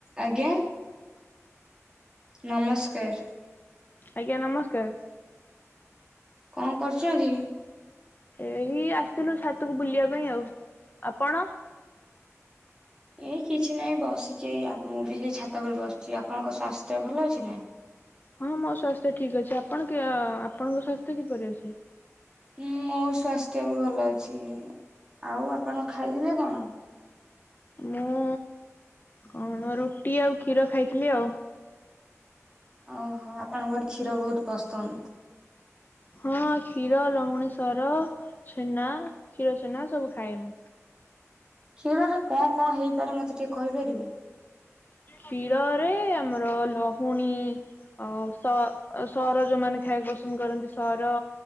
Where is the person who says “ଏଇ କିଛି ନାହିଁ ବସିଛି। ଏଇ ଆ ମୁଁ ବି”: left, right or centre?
Right